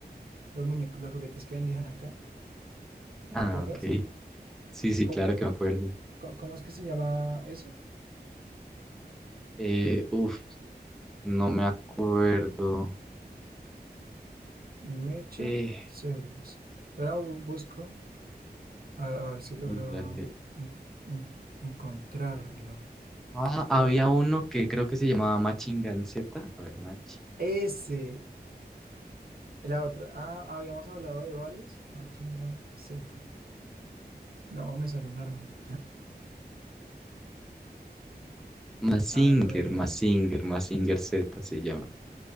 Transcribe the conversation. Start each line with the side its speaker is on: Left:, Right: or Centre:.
Right: los muñecos, los juguetes que vendían acá,
Centre: Ah,
Right: ¿te acuerdas?
Centre: ok. Sí, sí,
Right: ¿Cómo,
Centre: claro que me acuerdo.
Right: cómo, cómo es que se llama eso?
Centre: Eh, uf, no me acuerdo.
Right: Mecha
Centre: Eh,
Right: Series. Pero bu- busco. A, a ver si logro
Centre: y dale.
Right: en- en- encontrarlo.
Centre: Ah,
Right: Pero
Centre: había uno que creo que se llamaba Machingan Z. A ver, Machi.
Right: ese, la otra. Ah, habíamos hablado de varios. Machinga Z. No, me salió un arma.
Centre: Mazinger,
Right: A ver.
Centre: Mazinger, Mazinger Z se llama.